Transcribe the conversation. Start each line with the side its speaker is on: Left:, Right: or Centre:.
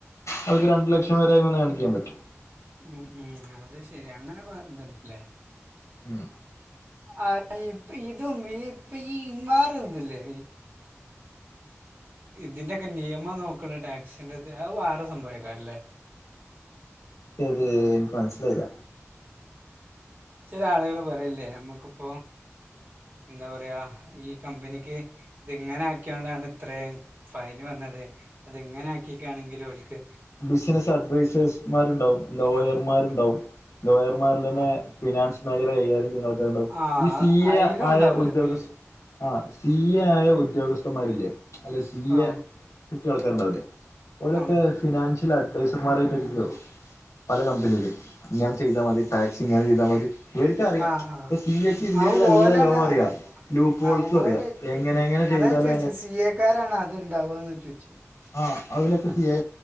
Left: അവർക്ക്‌ രണ്ട് ലക്ഷം വരെ വന്ന് കാണിക്കാൻ പറ്റോ
Right: ഉം ഉം അത് ശരി അങ്ങനെക്ക എതുണ്ടല്ലേ
Left: ഉം
Right: ആ ഹ് ഇപ്പോ ഇതും ഇപ്പോ ഈ ഇൻവാർ കണ്ടില്ലേ ഇതിന്റോക്കെ നിയമം നോക്കണ ടാക്സിന്റെ അത് വേറെ സംഭവക്കാാരല്ലേ
Left: ഏത് എനിക്ക് മനസ്സിലായില്ല
Right: ചില ആളുകൾ പറല്ലേ നമ്മക്കിപ്പോ എന്താ പറയ ഈ കമ്പനിക്ക് ഇത് ഇങ്ങനെ ആക്കിയൊണ്ടാണ് ഇത്രയും ഫയൽ വന്നത് അത് ഇങ്ങനെ ആക്കിക്കാണെങ്കിലും ഓൽ ക്ക്
Left: ബിസിനസ്സ് അഡ്വൈസേഴ്സ്മാരുണ്ടാവും ലോയർമാരുണ്ടാവും
Right: ആ ആ
Left: ലോയർമാരിൽ തന്നെ
Right: ആ
Left: ഫിനാൻസ് മേഖല കൈകാര്യം ചെയ്യുന്ന ആൾക്കാർ ഉണ്ടകും
Right: ആ
Left: ഈ സി
Right: അയിലും
Left: എ ആയ
Right: ഉണ്ടാവൂലേ
Left: ഉദ്യോഗസ്ഥൻ
Right: ഇപ്പ ഈ
Left: ആ സി എ ആയ ഉദ്യോഗസ്ഥന്മാരില്ലേ അല്ലെ സി
Right: ആ
Left: എ കിട്ടിയ ആൾക്കാരുണ്ടാവില്ലേ ഓലൊക്കെ
Right: ആ ആ
Left: ഫിനാൻഷ്യൽ അഡ്വൈസർമാർായിട്ടൊക്കെ കേറും പല കമ്പനിയിലും ഇങ്ങനെ ചെയ്താ മതി ടാക്സി ഇങ്ങനെ ചെയ്താൽ മതി ഇവർക്ക അറിയാം
Right: ആ ആ ആ
Left: ഇപ്പോ സി എ ക്ക്‌ ഇന്ത്യ
Right: ആ
Left: യിൽ ഉള്ള
Right: ഓലാണ്
Left: എല്ലാം ലോ അറിയാം ഗൂക്കോൾസും
Right: ആ ഓല
Left: അറിയാം എങ്ങന എങ്ങനെ
Right: അതാ
Left: ചെയ്താല
Right: ഞാൻ ചോദിച്ചത് സി എക്കാര ആാണ് അത്ണ്ടാവുകന്ന് ചോദിച്ചി നോക്കി
Left: ആഹ അലൊക്കെ സി ഐ